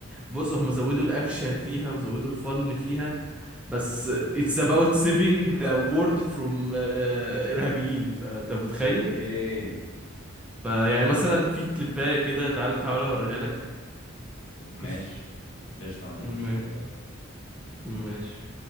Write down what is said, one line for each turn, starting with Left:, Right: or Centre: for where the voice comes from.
Centre: بص هم زودوا الاكشن فيها وزودوا الفن فيها بس it's about saving the world from آه، ارهابيين فانت متخيل
Left: اوكي
Centre: فيعني مثلا في كليبايه كده تعالى تعالى اوريها لك جزء
Left: ماشي قشطة ما عنديش
Centre: ماشي
Left: مشكلة يلا
Centre: ماشي